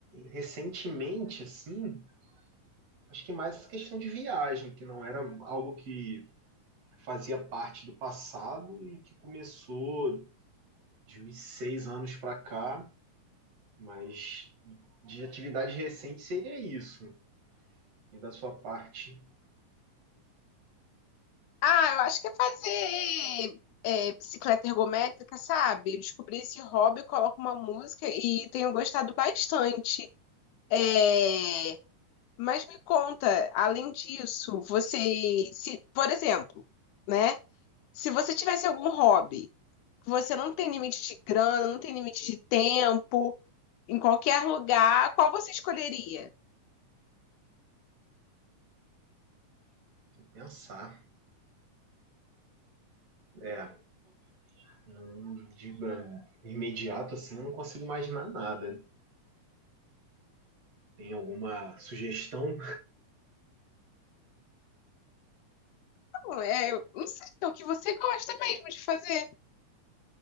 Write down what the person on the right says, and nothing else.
recentemente, assim, acho que mais essa questão de viagem, que não era algo que fazia parte do passado e que começou de uns seis anos para cá, mas de atividade recente seria isso. E da sua parte,
tem que pensar. É, não- de imediato assim, eu não consigo imaginar nada. Tem alguma sugestão?